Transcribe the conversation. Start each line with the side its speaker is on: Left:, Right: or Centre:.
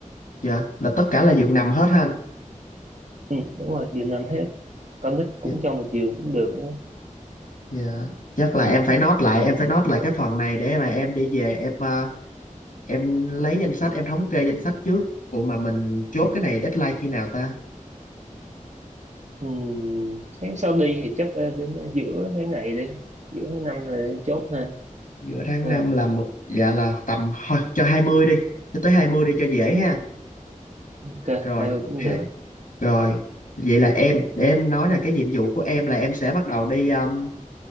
Left: dạ là tất cả là giường nằm hết ha anh
Right: ừ, đúng rồi giường nằm hết con nít cũng
Left: dạ
Right: cho một giường cũng được nữa
Left: dạ chắc là em phải note lại em phải note lại cái phần này để mà em đi về em à, em lấy danh sách em thống kê danh sách trước ủa mà mình chốt cái này deadline khi nào ta
Right: ừ, tháng sau đi thì chắc ờ, đến giữa tháng này đi giữa tháng năm rồi sẽ chốt ha
Left: giữa tháng
Right: ok không
Left: 5 là một dạ là tầm thôi cho 20 đi cho tới 20 đi cho dễ ha
Right: ok
Left: rồi
Right: hai bên cũng
Left: ha,
Right: được
Left: rồi vậy là em để em nói là cái nhiệm vụ của em là em sẽ bắt đầu đi um,